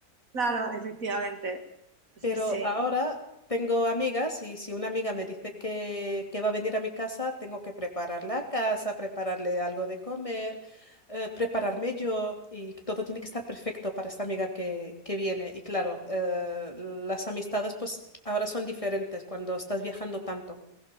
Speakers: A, on the right; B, on the left.
A: claro, efectivamente. Sí,
B: Pero
A: sí.
B: ahora tengo amigas y si una amiga me dice que, que va a venir a mi casa, tengo que preparar la casa, prepararle algo de comer, eh, prepararme yo y todo tiene que estar perfecto para esta amiga que, que viene. Y claro, eh, las amistades pues ahora son diferentes cuando estás viajando tanto.